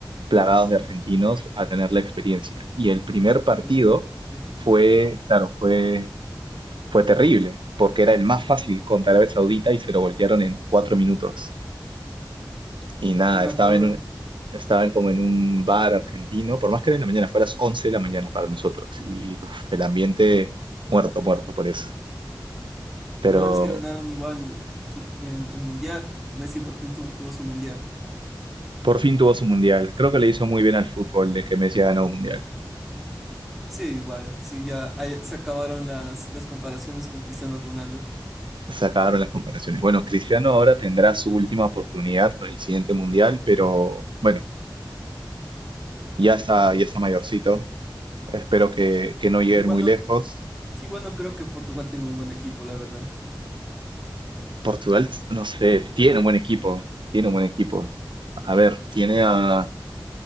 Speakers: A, on the right; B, in the centre.
A: plagados de argentinos a tener la experiencia. Y el primer partido
B: Uy, sí,
A: fue, claro, fue Fue terrible, porque era el más fácil contra Arabia Saudita y se lo voltearon en cuatro minutos. Y nada,
B: sí me
A: estaba
B: acuerdo.
A: en un, estaban como en un bar argentino, por más que era en la mañana, fue a las 11 de la mañana para nosotros. Y uf, el ambiente muerto, muerto por eso. Pero
B: Lo bueno es que ganaron igual su- el, el Mundial. Messi por fin tuvo, tuvo su Mundial.
A: por fin tuvo su mundial. Creo que le hizo muy bien al fútbol de que Messi ha ganado un mundial.
B: Sí, igual. Sí, ya ahí se acabaron las, las comparaciones con Cristiano Ronaldo.
A: Se acabaron las comparaciones. Bueno, Cristiano ahora tendrá su última oportunidad con el siguiente mundial, pero bueno, ya está, ya está mayorcito. Espero que,
B: Sí.
A: que no lleguen
B: Igual
A: muy
B: no,
A: lejos
B: sí, igual no creo que Portugal tenga un buen equipo, la verdad.
A: Portugal, no sé, tiene un buen equipo, tiene un buen equipo. A ver,
B: Sí,
A: tiene a...